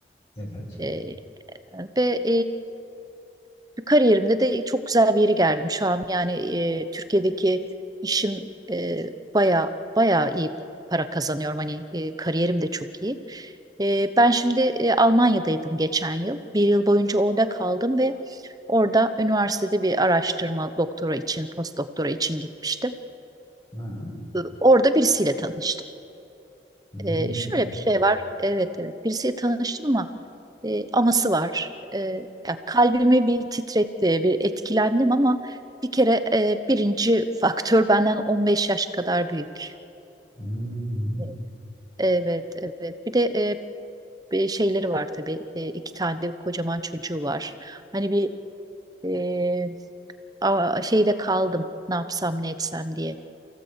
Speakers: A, on the left; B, on the right.
A: evet.
B: E, ve e, kariyerimde de çok güzel bir yere geldim. Şu an yani e, Türkiye'deki işim e, baya baya iyi para kazanıyorum. Hani e, kariyerim de çok iyi. E, ben şimdi e, Almanya'daydım geçen yıl. Bir yıl boyunca orada kaldım ve orada üniversitede bir araştırma doktora için, post doktora için gitmiştim.
A: Ha.
B: E, Orada birisiyle tanıştım.
A: Hmm.
B: E, şöyle bir şey var. Evet evet birisiyle tanıştım ama e, aması var. E, ya kalbimi bir titretti, bir etkilendim ama bir kere e, birinci faktör benden 15 yaş kadar büyük.
A: Hmm.
B: E, Evet, evet. Bir de e, bir şeyleri var tabii. E, iki tane de kocaman çocuğu var. Hani bir e, a- şeyde kaldım. Ne yapsam ne etsem diye.